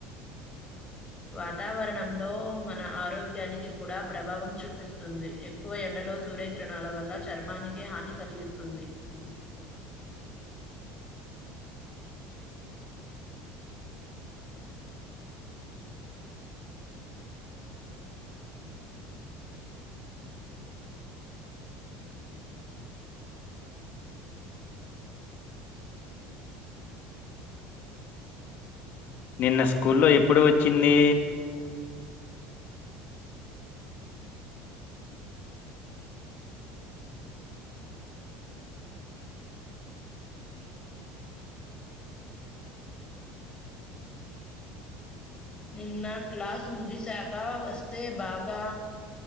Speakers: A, on the left (about 25°); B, on the left (about 55°).
A: వాతావరణంలో మన ఆరోగ్యానికి కూడా ప్రభావం చూపిస్తుంది ఎక్కువ ఎండ లో సూర్యకిరణాల వల్ల చర్మానికి హాని కలిగిస్తుంది
B: నిన్న స్కూల్లో ఎప్పుడు వచ్చింది?
A: నిన్న క్లాస్ ముగిసాక వస్తే బాగా